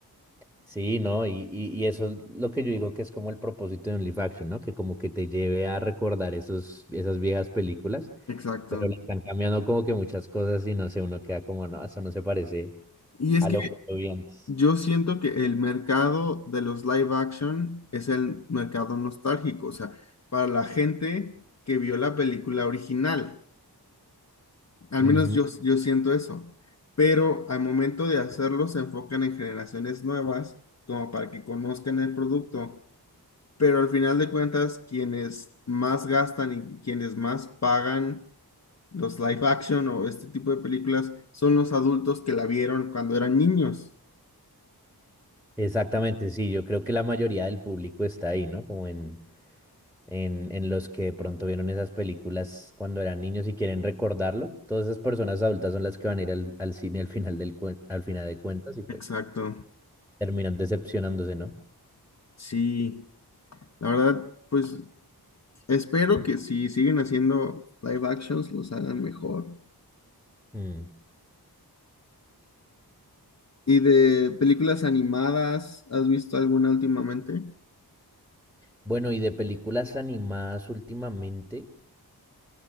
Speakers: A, in the centre; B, on the left (about 45°).
A: Sí, ¿no? Y, y, y eso es lo que yo digo que es como el propósito de un live action, ¿no? Que como que te lleve a recordar esos, esas viejas películas
B: Exacto.
A: pero le están cambiando como que muchas cosas y no sé, uno queda como, no, eso no se parece
B: Y es
A: a
B: que
A: lo que yo vi antes.
B: yo siento que el mercado de los live action es el mercado nostálgico, o sea, para la gente que vio la película original. Al
A: Ujú.
B: menos yo, yo siento eso. Pero al momento de hacerlo se enfocan en generaciones nuevas, como para que conozcan el producto. Pero al final de cuentas, quienes más gastan y quienes más pagan los live action o este tipo de películas son los adultos que la vieron cuando eran niños.
A: Exactamente, sí, yo creo que la mayoría del público está ahí, ¿no? Como en, en, en los que de pronto vieron esas películas cuando eran niños y quieren recordarlo. Todas esas personas adultas son las que van a ir al, al cine al final del cuen- al final de cuentas y pues
B: Exacto.
A: terminan decepcionándose, ¿no?
B: Sí, la verdad, pues espero que si siguen haciendo live actions los hagan mejor.
A: Mm.
B: ¿Y de películas animadas, has visto alguna últimamente?
A: Bueno, y de películas animadas últimamente,